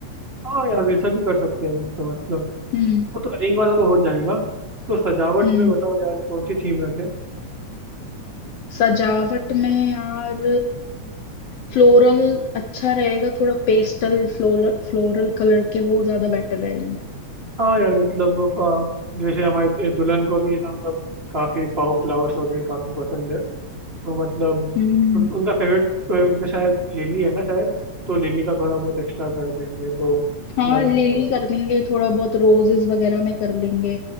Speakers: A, on the right (about 35°); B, on the left (about 70°).
A: हाँ यार वैसा भी कर सकते हैं वैसे तो मतलब
B: हम्म
A: वो तो रिंग वाला तो हो जाएगा तो सजावट
B: हम्म
A: में बताओ यार कौन सी थीम रखें
B: सजावट में यार फ्लोरल अच्छा रहेगा थोड़ा पेस्टल फ्लोरल फ्लोरल कलर के वो ज्यादा बेटर रहेंगे
A: हाँ यार मतलब आ, जैसे हमारी दुल्हन को भी है ना मतलब काफी फाव फ्लावर्स वगैरह काफी पसंद है तो मतलब
B: हम्म
A: उन, उनका फेवरेट में शायद लिली है ना शायद तो लिली का थोड़ा बहुत एक्स्ट्रा कर देंगे तो
B: हाँ
A: ज्यादा
B: लिली
A: अच्छा होगा
B: कर लेंगे थोड़ा बहुत रोजेस वगैरह में कर लेंगे